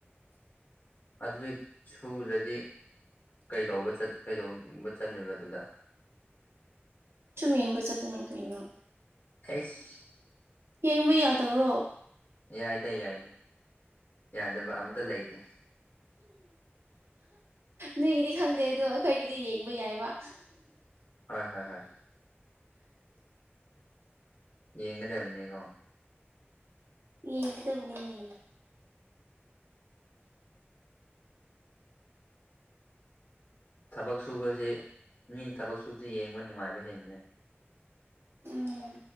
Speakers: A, on the left (about 50°); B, on the right (about 70°).
A: ꯑꯗꯨꯗꯤ ꯁꯨꯗ꯭ꯔꯗꯤ ꯀꯩꯗꯧꯕ ꯆꯠ ꯀꯩꯗꯧꯕ ꯆꯠꯂꯨꯏꯕ ꯑꯗꯨꯗ
B: ꯆꯨꯝ ꯌꯦꯡꯕꯆꯠꯄꯅꯤ ꯀꯩꯅꯣ
A: ꯍꯩꯁ
B: ꯌꯦꯡꯕ ꯌꯥꯗꯕ꯭ꯔꯣ
A: ꯌꯥꯏꯗ ꯌꯥꯏꯗ ꯌꯥꯗꯕ ꯑꯝꯇ ꯂꯩꯇꯦ
B: ꯅꯣꯏꯒꯤꯗꯤ ꯈꯪꯗꯦ ꯑꯗꯣ ꯑꯩꯈꯣꯏꯒꯤꯗꯤ ꯌꯦꯡꯕ ꯌꯥꯏꯕ
A: ꯍꯣꯏ ꯍꯣꯏ ꯍꯣꯏ ꯌꯦꯡꯉꯗꯕꯅꯤꯒꯣ
B: ꯌꯦꯡꯗꯕꯅꯤꯅꯦ
A: ꯊꯕꯛ ꯁꯨꯕꯕꯁꯦ ꯃꯤꯅ ꯊꯕꯛ ꯁꯨꯕꯕꯁꯤ ꯌꯦꯡꯕ ꯅꯨꯡꯉꯥꯏꯕ ꯍꯦꯟꯕꯅꯤ
B: ꯎꯝ